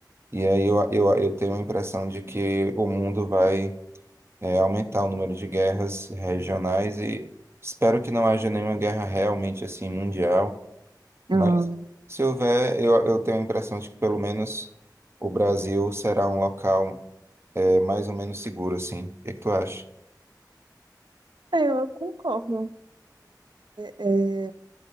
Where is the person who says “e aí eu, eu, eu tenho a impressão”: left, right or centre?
Right